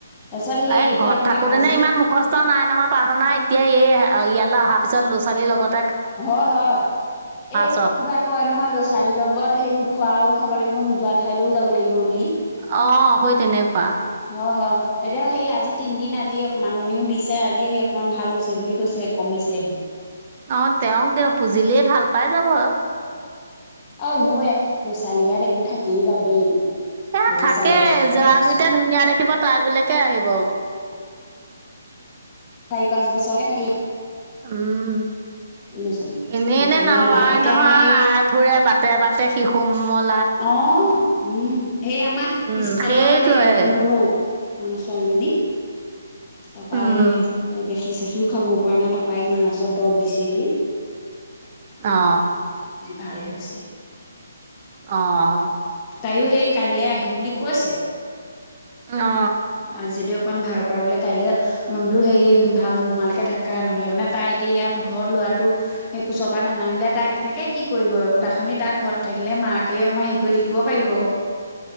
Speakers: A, on the left; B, on the right.
A: তাৰপিছত হেৰি
B: এ
A: এতিয়া
B: ঘৰত
A: অকমান
B: থাকোতেনে
A: আজি
B: ইমান মুখস্থ নাই নহয়। প্ৰাৰ্থনা এতিয়া এই-ইয়ালৈ অহা পিছত ল' ছোৱালীৰ লগত
A: হয় হয়, এ
B: চব
A: কিবা কয় নহয় ল'ৰা ছোৱালীৰ লগত সেই নোখোৱাও হ'ব লাগিব নোযোৱা ঠাইলৈও যাব লাগিব বুলি।
B: অ' সই তেনেকুৱা।
A: অ' হয়। এতিয়া সেই আজি তিনদিন আজি মাননিও দিছে। আজি সেই অকমান ভাল হৈছে বুলি কৈছে। এ কমিছে।
B: অ', তেওঁক দিয়ক। পুজিলেই ভাল পাই যাব আৰু।
A: অই, ন'ৱে। ছোৱালীগাত এইবোৰ থাকেই বাৰু দেই।
B: এ, থাকে
A: চাৰি বছৰ পাঁচ
B: যৰা
A: বছৰ
B: কইটা ধু ধুনীয়া দেখিব, তাৰ বিলকে আহিব।
A: চাৰি-পাছ বছৰকে থাকে।
B: উম।
A: ল'ৰা ছোৱালী
B: এনে
A: ল'ৰা
B: এনে
A: ছোৱালী
B: নহাই
A: গাত ওলাই থাকে এতিয়া
B: নহয়
A: আমাৰ সেই
B: আই ফুৰে। বাটে বাটে শিশু মল।
A: অ'। উম। সেই আমাৰ
B: উম
A: পিছফালৰ
B: সেইটোৱে
A: সেই মানুহ ঘৰ মানুহ ছোৱালীজনী তাৰপা
B: উম
A: এ, দেখি চেখি সিও খাব পৰা নাই, তপাই মাছৰ দৰৱ দিছেহি।
B: অ
A: ভাল হৈছে।
B: অ'।
A: তাইও হেই কাইলে আহিম বুলি কৈছে।
B: অ
A: আজি দিয়ক। অকণ ভাল পা বোলে কাইলে বোলো হে ভাল নোহোৱালৈকে থাকা নহ'লে মানে তাই এতিয়া ইয়াত ঘৰত লোৱা ল'ৰাটো সেই কোচৰ পা নানামিলে তাক কেনেকে কি কৰিব? তাখনি তাক ঘৰত থাকিলে মাকে অকমান হে শুই থাকিব পাৰিব।